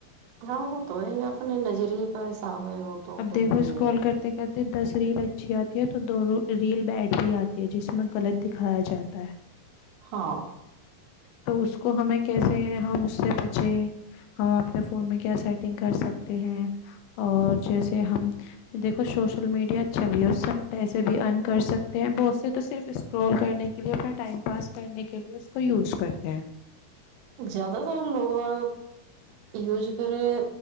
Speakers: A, on the right (about 80°); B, on the left (about 85°).
A: ہاں وہ تو ہے یہ اپنے نظریے کا حساب ہے وہ تو
B: اب
A: پھر
B: دیکھو
A: یہ
B: کال
A: ہے
B: کرتے کرتے دس ریل اچھی آتی ہے تو دو ریل بیڈ بھی آتی ہے جس میں غلط دکھایا جاتا ہے
A: ہاں
B: تو اس کو ہمیں کیسے ہم اس سے بچے ہم اپنے فون میں کیا سیٹنگ کر سکتے ہیں اور جیسے ہم دیکھو سوشل میڈیا اچھا بھی ہے اس سے ہم پیسے بھی ارن کر سکتے ہیں بہت سے تو صرف اسکرول کرنے کے لیے اپنا ٹائم پاس کرنے کے لیے اس کو یوز کرتے ہیں
A: زیادہ تر لوگ آ یوز کرے